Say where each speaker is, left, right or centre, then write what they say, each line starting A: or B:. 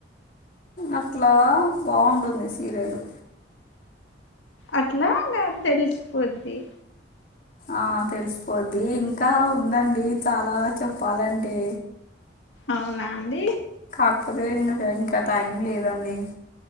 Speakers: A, on the left; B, on the left.
A: అట్లా బాగుంటుంది సీరియలు
B: అట్లా ఇంగా తెలిసిపోద్ది
A: ఆ తెలిసిపోద్ది ఇంకా ఉందండి చాలా చెప్పాలంటే
B: అవునా అండి
A: తప్పతే ఇంక ఇంకా టైం లేదండి